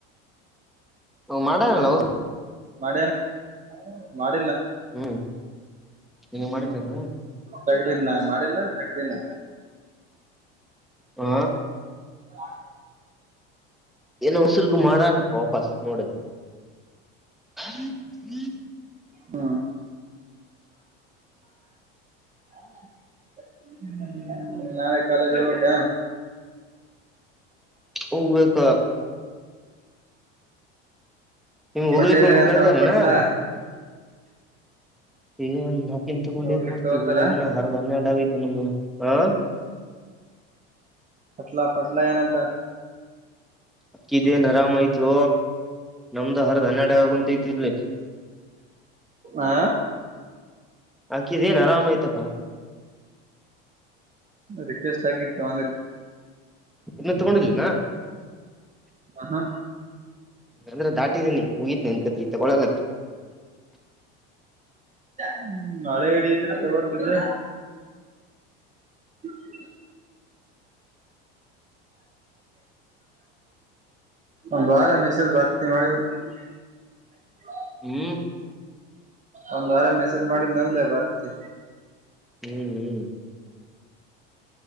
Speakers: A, in the centre; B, on the right.
A: ಹ ಮಾಡಣಲ್ಲ ಹದು
B: ಮಾಡನ ಮಾಡ್
A: ಹ್ಮ್ ನಿನಗೆ ಮಾಡಿಲ್ಲ ಎನ
B: ತೆಗದನ್ ಮಾಡಿಲ್ಲ ತಗದೀಲಾ
A: ಆ
B: ಆ
A: ಏನೋ ಉಸಿರುಗೂ ಮಾಡಣಪ್ಪ ವಾಪಸ್ ನೋಡದು ಹ್ಮ್ ಹ್ಮ
B: ಹ್ಮ್ ಹ ಹ್ಮ ನಾಳೆ ಕಾಲೇಜಿಗ್ ಹೋಗ ಬೇಕಾ
A: ಹೋಗ್ಬೇಕಾ ನಿಮ್ ಹೋಗ್ಲಿಕ್ಕ
B: ಪಟೇಲ್
A: ಅಂದ್ರೆ
B: ಏನಂತ
A: ಕೇಳ್ತಾರೆ
B: ಪಟ್ಲಾ
A: ನಾ ಏಣ್ಣಾಕನ್ ತಗೊಂಡೇ
B: ಹೋಗ್ಲಿಕ್
A: ಮಾಡ್ತತಿವಿ
B: ತಗೋತಾರ
A: ಎಣ್ಣ ಹರ್ಧ ಹನ್ನೆರಡು ಆಗಿದ್ದ ನಮ್ಮ್ ಹಾ
B: ಪಟ್ಲ ಪಟ್ಲ ಏನಂತ
A: ಅಕ್ಕಿ ದೇನ್ ಆರಾಮಯ್ತು ನಮ್ದ ಹರದು ಹನ್ನೆರಡು ಆಗಕೊಂತಐತಿ ಇಲ್ಲಿ
B: ಆ
A: ಆಕಿದೇನ್ ಆರಾಮಯ್ತಪ್ಪ.
B: ರಿಕ್ವೆಸ್ಟ್ ಆಕಿ ನ ತಗೋಡಿಲ್ಲ
A: ಇನ್ನ ತಗೊಂಡಿರ್ಲಿನ
B: ಹ ಹಾ
A: ಅಂದ್ರೆ ದಾಟಿದೀನಿ ಮುಗೀತ ನಿನ್ನ ಕತಿ ತಗೊಳ್ಳಲಕಿ
B: ಹ್ಮ್ ಮಳೆ ಹಿಡಿದ್ರೆ ತಗೋತಿದ್ರ ಹ್ಮ ಒಂದು ವಾರ ಮೆಸೇಜಬರ್ತೀ ಮಾಡಿದ <unintelligible>
A: ಹ್ಮ್
B: ಒಂದ್ ವಾರ ಮೆಸೇಜ್ ಮಾಡಿನಂದ ಬರ್ತಿ
A: ಹ್ಮ್ ಹ್ಮ್